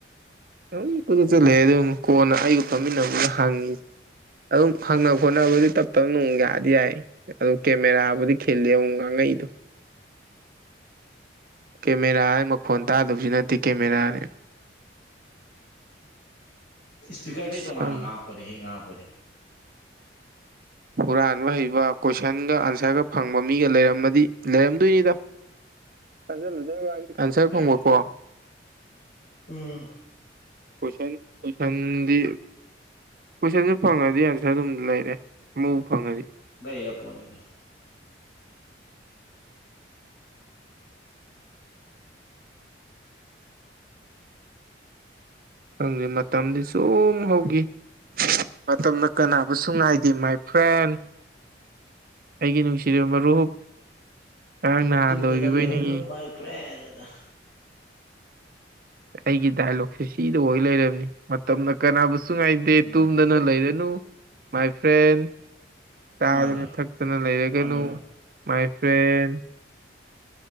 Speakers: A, on the right; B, on the left.
A: ꯑꯗꯨꯝ ꯀꯣꯏꯠ ꯆꯜꯂꯑꯦ
B: ꯉꯥꯎꯋꯦ
A: ꯑꯗꯨꯝ ꯀꯣꯟꯅ ꯑꯩꯒ ꯐꯝꯃꯤꯟꯅꯕꯅ ꯍꯪꯉꯤ ꯑꯗꯨꯝ ꯍꯪꯅ ꯈꯣꯠꯅꯕꯗꯤ ꯇꯞ ꯇꯞꯅ ꯅꯨꯡ ꯌꯥꯗꯤ ꯌꯥꯏ ꯑꯗꯨ ꯀꯦꯃꯦꯔꯥꯕꯨꯗꯤ ꯈꯤꯜꯂꯤꯦ ꯑꯃꯨ ꯉꯥꯡꯉꯩꯗꯣ ꯀꯦꯃꯦꯔꯥ ꯍꯥꯏ ꯃꯈꯣꯟ ꯇꯥꯗꯕꯁꯨ ꯅꯠꯇꯦ ꯀꯦꯃꯦꯔꯥꯅꯤ
B: ꯏꯁꯄꯤꯀꯔꯗꯩ
A: ꯑꯁ
B: ꯇꯣꯉꯥꯟꯅ
A: ꯈꯪꯗꯦ
B: ꯉꯥꯡꯉꯛꯄꯅꯦ ꯍꯦꯛ ꯉꯥꯡꯉꯛꯄꯅꯦ
A: ꯍꯨꯔꯥꯟꯕ ꯍꯩꯕ ꯀꯣꯏꯁꯟꯒ ꯑꯟꯁꯔꯒ ꯐꯪꯕ ꯃꯤꯒ ꯂꯩꯔꯝꯃꯗꯤ ꯂꯩꯔꯝꯗꯣꯏꯅꯤꯗ ꯈꯖꯂ ꯑꯟꯁꯔ
B: ꯌꯥꯏ
A: ꯐꯪꯕꯀꯣ
B: ꯎꯝ
A: ꯀꯁꯟ ꯀꯣꯏꯁꯟꯗꯤ ꯀꯣꯏꯁꯟꯁꯨ ꯐꯪꯉꯗꯤ ꯑꯟꯁꯔ ꯑꯗꯨꯝ ꯂꯩꯔꯦ ꯑꯃꯕꯨ ꯐꯪꯉꯗꯤ
B: ꯏꯔ ꯄꯅꯤꯅ
A: ꯈꯪꯗꯦ ꯃꯇꯝꯗꯤ ꯁꯨꯝ ꯍꯧꯈꯤ ꯃꯇꯝꯅ ꯀꯅꯥꯕꯨꯁꯨ ꯉꯥꯏꯗꯦ ꯃꯥꯏ ꯐ꯭ꯔꯦꯟ ꯑꯩꯒꯤ ꯅꯨꯡꯁꯤꯔꯕ ꯃꯔꯨꯞ ꯉꯔꯥꯡ ꯅꯍꯥꯟꯗ
B: ꯇꯨꯝꯗꯨꯅ
A: ꯑꯣꯏꯒꯤꯕꯣꯏ
B: ꯂꯩꯔꯅꯨ
A: ꯅꯤꯡꯏꯤ
B: <unintelligible>
A: ꯑꯩꯒꯤ ꯗꯥꯏꯂꯣꯛꯁꯦ ꯁꯤꯗ ꯑꯣꯏ ꯂꯩꯔꯕꯅꯤ ꯃꯇꯝꯅ ꯀꯅꯥꯕꯨꯁꯨ ꯉꯥꯏꯗꯦ
B: ꯎꯝ
A: ꯇꯨꯝꯗꯅ ꯂꯩꯔꯅꯨ ꯃꯥꯏ ꯐ꯭ꯔꯦꯟ ꯆꯥꯗꯅ
B: ꯃꯥꯅꯦ
A: ꯊꯛꯇꯅ ꯂꯩꯔꯒꯅꯨ
B: ꯃꯥꯅꯦ ꯃꯥꯅꯦ
A: ꯃꯥꯏ ꯐ꯭ꯔꯦꯟ